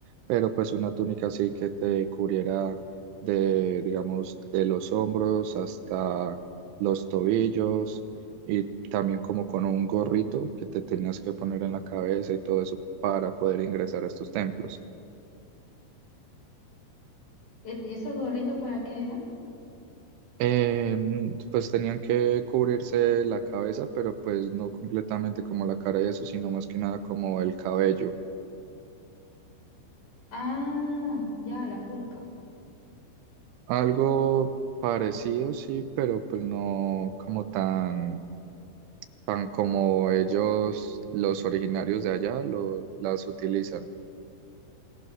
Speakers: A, on the right; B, on the left.
A: pero pues una túnica así que te cubriera de, digamos, de los hombros hasta los tobillos y también como con un gorrito que te tenías que poner en la cabeza y todo eso para poder ingresar a estos templos.
B: E- ¿Y esos gorritos para qué eran?
A: Em, pues tenían que cubrirse la cabeza, pero pues no completamente como la cara y eso, sino más que nada como el cabello.
B: Ah, ya, las burcas.
A: Algo parecido, sí, pero pues no como tan, tan como ellos, los originarios de allá, lo, las utilizan.